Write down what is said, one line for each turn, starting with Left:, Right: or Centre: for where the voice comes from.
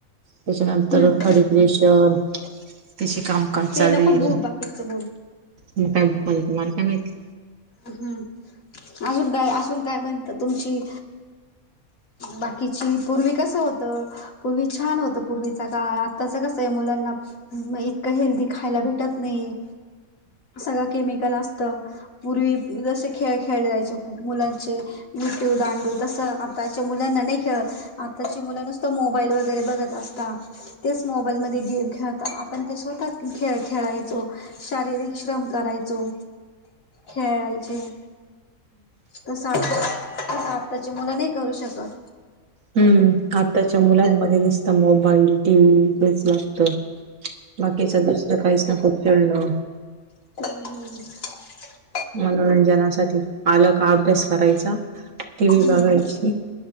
Right: त्याच्यानंतर
Left: हम्म
Right: खडीप्रेशर तिची काम काम चालू
Left: ते नको
Right: येईल.
Left: बोलू बाकीचं बोलू
Right: मग मला तुम्हाला काय माहिती?
Left: हम्म, अजून काय अजून काय बनत तुमची बाकीची पूर्वी कसं होतं पुर्वी छान होतं पुर्वीचा काळ आत्ताच कसं आहे मुलांना मग इतकं हेल्दी खायला भेटत नाही. सगळ केमिकल असतं पुर्वी जसे खेळ खेळले जायचे मुलांचे विटु दांडू तसं आताच्या मुलांना नाही खेळत आताची मुलं नुसतं मोबाईल वगैरे बघत असता तेच मोबाईल मध्ये गेम खेळतात. आपण ते स्वतः खेळायचो शारीरिक श्रम करायचो खेळायचे तसं आता आत्ताची मुलं नाही करू शकत.
Right: हम्म आताच्या मुलांमध्ये नुसत मोबाईल, टी व्ही हेच लागत. बाकीच्या दुसऱ काहीच नको खेळणं
Left: हम
Right: मनोरंजनासाठी आल का अभ्यास करायचा. टी व्ही
Left: हम्म
Right: बघायची.